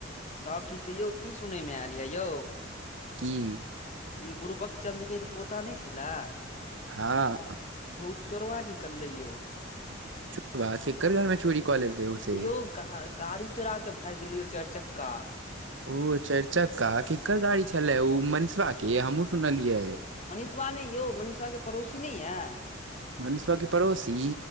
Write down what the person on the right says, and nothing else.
की
हँ
चोरबा केकर घरमे चोरी कऽ लेलकै उ से
ओ चारिचक्का केकर गाड़ी छले ओ मनिसबा के हमहुँ सुनलियै
मनीषबा के पड़ोसी